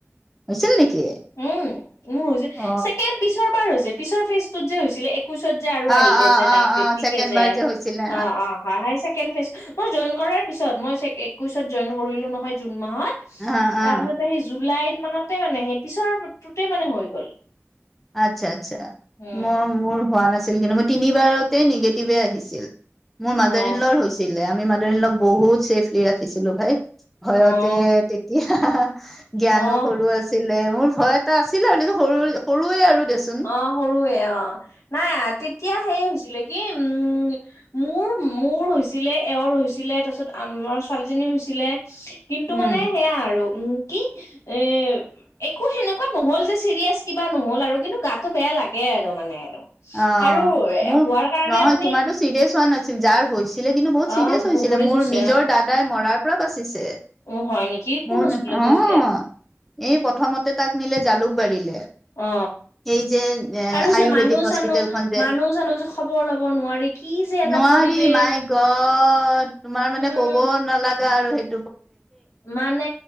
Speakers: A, in the centre; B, on the left (about 85°).
A: হৈছিল নেকি?
B: উম মো হৈছে
A: অ
B: ছেকেণ্ড পিছত বাৰ হৈছে পিছৰ ফিচটোত যে হৈছিলে এক কোচত যে আৰু
A: অ
B: আহিলে
A: অ
B: যে
A: অ
B: ডা বেছিকে
A: অ ছেকেণ্ড
B: যে
A: বাৰ হৈছিলে
B: অ অ হয় হয় ছেকেণ্ড ফেচ মই জইন কৰাৰ পিছত মই ছে একৈশত জইন কৰিলো নহয় জুন মাহত
A: অ অ
B: তাৰপিছতে সেই জুলাই মানতে মানে সেই পিছৰটোতে মানে হৈ গ'ল।
A: আচ্ছা আচ্ছা
B: উম,
A: মোৰ মোৰ হোৱা নাছ- ছিল। কিন্তু মই তিনিবাৰতে নিগেটিভে আহিছিল। মোৰ মাদাৰ
B: অ',
A: ইন লৰ হৈছিলে। আমি মাদাৰ ইন লক বহুত ছেফলি ৰাখিছিলো ভাই। ভয়তে
B: অ',
A: তেতিয়া জ্ঞানো
B: অ'।
A: সৰু আছিল। মোৰ ভয় এটা আছিল আৰু আমি সৰু সৰুৱে আৰু দেচোন
B: অ সৰুৱে অ নাই আতি এতিয়া সেই হৈছিলে কি উম মোৰ মোৰ হৈছিলে এওঁৰ হৈছিলে তাৰপিছত আম ৰ ছোৱালীজনী হৈছিলে, কিন্তু
A: উম
B: মানে সেয়া আৰু উম কি এ একো সেনেকোৱা নহ'ল যে চিৰিয়াচ কিবা নহ'ল আৰু কিন্তু গাটো বেয়া লাগে আৰু মানে আৰু
A: অ
B: আৰু
A: মোৰ
B: হোৱাৰ কাৰণে
A: নহয়
B: আপুনি
A: তোমাৰো চিৰিয়াছ হোৱা নাছিল যাৰ হৈছিল ছিলে কিন্তু বহুত
B: অ
A: চিৰিয়াছ হৈছিলে
B: বুবুৰে
A: মোৰ
B: চুইছে
A: নিজৰ দাদাই মৰাৰ পৰা বাচিছি এ
B: অ হয় নেকি কোন
A: মোৰ
B: হস্পিতেলত
A: অ
B: থৈছিলে
A: এই প্ৰথমতে তাক নিলে জালুকবাৰীলে,
B: অ
A: এই যে এ
B: আৰু
A: আয়ুৰ্বেদিক
B: যে মানুহ
A: হচ
B: চানুহ
A: পিটেলখন যে
B: মানুহ চানুহ যে খবৰ লব নোৱাৰি কি যে এটা
A: নোৱাৰি
B: পৰিৱেশ
A: মাই গড তোমাৰ মানে
B: উম
A: ক'ব নালাগা আৰু হেইত
B: মানে